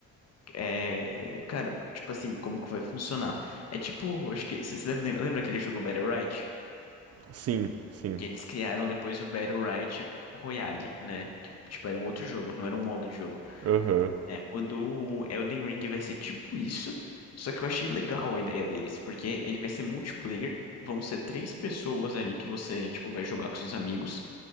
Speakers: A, on the left; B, on the right.
A: É. Cara, tipo assim, como que vai funcionar? É tipo, acho que. Você você deve lembrar, lembra aquele jogo Battle Rite?
B: Sim, sim.
A: que eles criaram depois o Battle Right Royale, né? Que, tipo, era um outro jogo, não era um modo de jogo.
B: Aham.
A: É, o do Elden Ring vai ser tipo isso, só que eu achei legal a ideia deles, porque ele vai ser multiplayer, vão ser três pessoas ali que você, tipo, vai jogar com seus amigos,